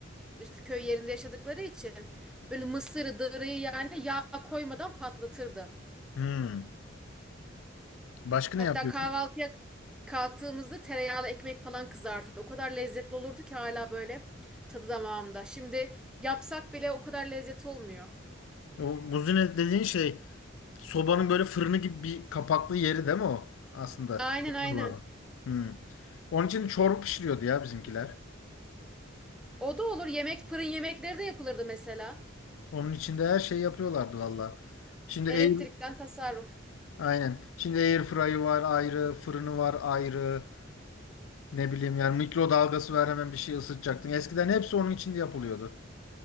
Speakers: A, in the centre; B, on the left (about 80°).
A: işte köy yerinde yaşadıkları için böyle mısırı, dırıyı yani yağ koymadan patlatırdı.
B: Hmm. Başka
A: Hatta
B: ne yapıyorsun?
A: kahvaltıya kalktığımızda tereyağlı ekmek falan kızartırdı. O kadar lezzetli olurdu ki hala böyle tadı damağımda. Şimdi yapsak bile o kadar lezzet olmuyor.
B: O muzine dediğin şey sobanın böyle fırını gibi bir kapaklı yeri değil mi o aslında?
A: Aynen
B: Bilmiyorum
A: aynen.
B: Hmm. Onun için çorba pişiriyordu ya bizimkiler.
A: O da olur. Yemek fırın yemekleri de yapılırdı mesela.
B: Onun içinde her şey yapıyorlardı valla. Şimdi
A: Elektrikten
B: air,
A: tasarruf.
B: aynen. Şimdi air fry'ı var ayrı, fırını var ayrı. Ne bileyim yani mikrodalgası var hemen bir şey ısıtacaktın. Eskiden hepsi onun içinde yapılıyordu.